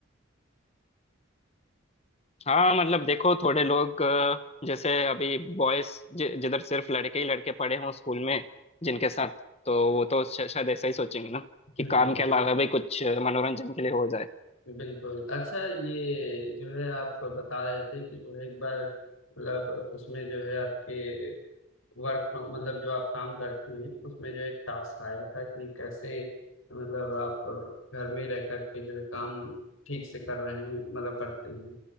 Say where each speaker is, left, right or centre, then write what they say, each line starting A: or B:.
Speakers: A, on the left; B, on the left.
A: हाँ मतलब देखो थोड़े लोग अ, जैसे अभी बॉयज जिधर सिर्फ लड़के ही लड़के पढ़े हों स्कूल में जिनके साथ तो वो तो श- शायद ऐसा ही सोचेंगे ना कि
B: हम्म,
A: काम के अलावा भी कुछ मनोरंजन के लिए हो जाए
B: बिल्कुल अच्छा ये जो है आप बता रहे थे कि जो है एक बार मतलब उसमें जो है आपके वर्क मतलब जो आप काम करते हैं उसमें जो एक टास्क आया था कि कैसे मतलब आप घर में रह करके जो है काम ठीक से कर रहे हैं मतलब करते हैं